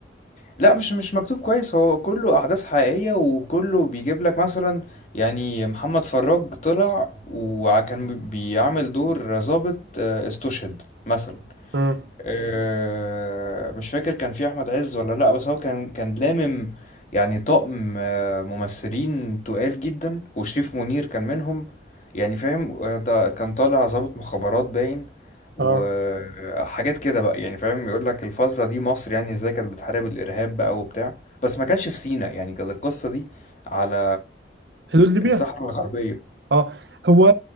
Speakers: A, on the left (about 45°); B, on the right (about 75°).
A: لا مش مش مكتوب كويس هو كله أحداث حقيقية وكله بيجيب لك مثلا يعني محمد فراج طلع وكان بيعمل دور ضابط آه، استشهد مثلا
B: مم.
A: آه، مش فاكر كان في احمد عز ولا لا بس هو كان كان لامم يعني طاقم آه، ممثلين تقال جدا وشريف منير كان منهم يعني فاهم آه، ده كان طالع ضابط مخابرات باين وحاجات
B: اه
A: كده بقى يعني فاهم يقول لك الفترة دي مصر يعني ازاي كانت بتحارب الارهاب بقى وبتاع بس ما كانش في سيناء يعني كانت القصة دي على
B: حدود ليبيا
A: الصحراء الغربية
B: اه هو